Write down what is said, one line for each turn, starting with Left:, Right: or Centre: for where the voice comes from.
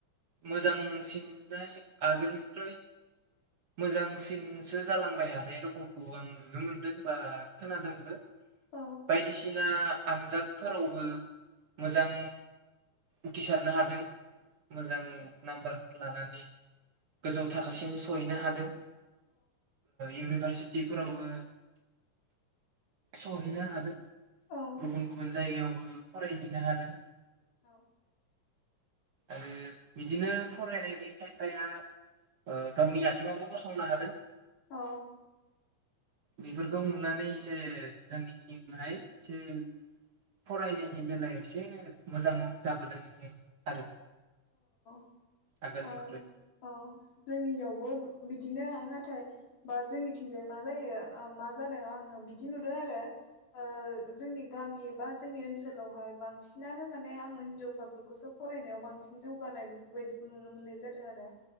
Right: मोजां नाय आगोलनिस्राय मोजांसिनसो जालांबाय हानाय रखमखौ आं नुनो मोनदों बा खोनादोंबो।
Left: औ
Right: बायदिसिना आनजादफोरावबो मोजां उथ्रिसारनो हादों। मोजां नाम्बार लानानै गोजौ थाखोसिम सहैनो हादों इउनिभारसिटि बिफोरावबो सहैनो हादों।
Left: औ
Right: गुबुन गुबुन जायगायाव फरायहैनो हादों।
Left: औ।
Right: आरो बिदिनो फरायनायनि खायफाया ओ गावनि आथिङावबो गसंनो हादों।
Left: औ।
Right: बेफोरखौ नुनानै एसे जोंनिथिंहाय एसे फरायनायनि बेलायाव एसे मोजां जाबोदों आरो।
Left: ओ
Right: आगोलनिख्रुइ
Left: औ जोंनियाव बो बिदिनो नाथाय बा जोंनिथिंजाय मा जायो मा जादों आङो बिदि नुदों आरो ओ जोंनि गामि बा जोंनि ओनसोलावहाय बांसिनानो माने आङो हिनजावसाफोरखौसो फरायनायाव बांसिन जौगानाय बेफोरबायदिखौ नुनो मोननाय जादों आरो